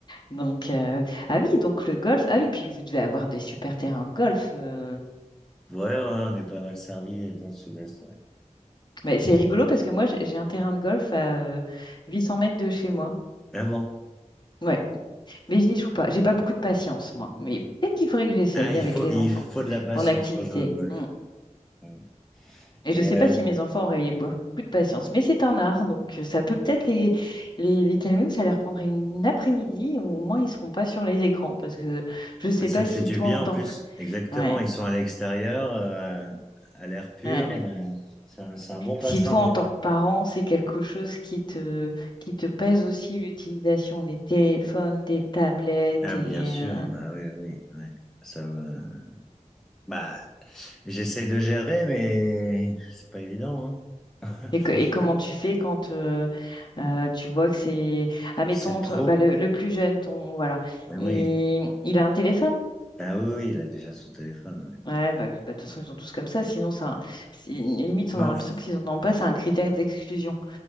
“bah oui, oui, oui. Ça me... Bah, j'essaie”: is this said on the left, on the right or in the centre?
Centre